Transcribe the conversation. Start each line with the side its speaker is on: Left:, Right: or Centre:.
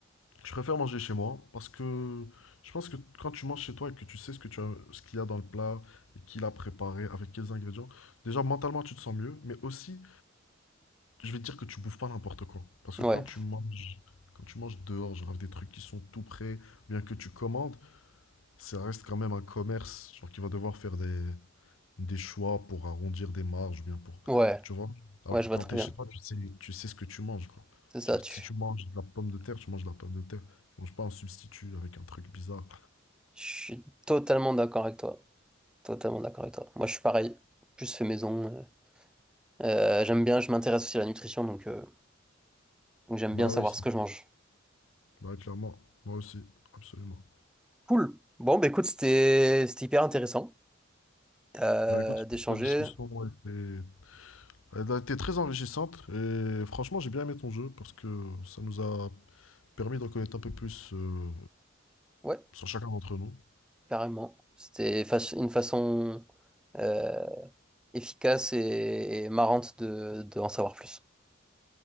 Left: Je préfère manger chez moi parce que je pense que quand tu manges chez toi et que tu sais ce que tu as, ce qu'il y a dans le plat, et qui l'a préparé, avec quels ingrédients, déjà mentalement tu te sens mieux, mais aussi je vais te dire que tu bouffes pas n'importe quoi. Parce
Centre: Ouais,
Left: que quand tu manges, quand tu manges dehors, genre avec des trucs qui sont tout prêts, bien que tu commandes, ça reste quand même un commerce, genre qui va devoir faire des, des choix pour arrondir des marges ou bien pour,
Centre: ouais,
Left: tu vois. Alors
Centre: ouais,
Left: que
Centre: je
Left: quand
Centre: vois très
Left: t'es
Centre: bien.
Left: chez toi, tu sais, tu sais ce que tu manges, quoi.
Centre: C'est ça,
Left: Genre,
Centre: tu.
Left: si tu manges de la pomme de terre, tu manges de la pomme de terre. Tu manges pas un substitut avec un truc bizarre.
Centre: Je suis totalement d'accord avec toi. Totalement d'accord avec toi. Moi, je suis pareil. Plus fait maison. euh. Euh, j'aime bien, je m'intéresse aussi à la nutrition, donc, euh, donc j'aime
Left: Bah
Centre: bien savoir
Left: oui, c'est-
Centre: ce que je mange.
Left: bah oui, clairement, moi aussi, absolument.
Centre: Cool. Bon, bah écoute, c'était c'était hyper intéressant euh,
Left: Bah écoute,
Centre: d'échanger.
Left: la discussion a été, elle a été très enrichissante et franchement, j'ai bien aimé ton jeu parce que ça nous a permis d'en connaître un peu plus euh,
Centre: Ouais,
Left: sur chacun d'entre nous.
Centre: carrément. C'était fa- une façon euh, efficace et, et marrante de, de en savoir plus.